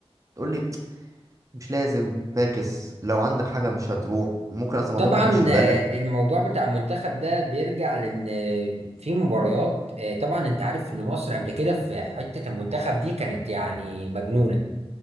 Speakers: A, on the right; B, on the right.
A: تقول لي مش لازم فاكس لو عندك حاجه مش هتروح ممكن اصلا الموضوع
B: طبعا
A: ما يجيش في
B: آه،
A: بالك
B: الموضوع بتاع المنتخب ده بيرجع لأن آه، في مباريات آه، طبعا أنت عارف إن مصر قبل كده في حتة المنتخب دي كانت يعني مجنونة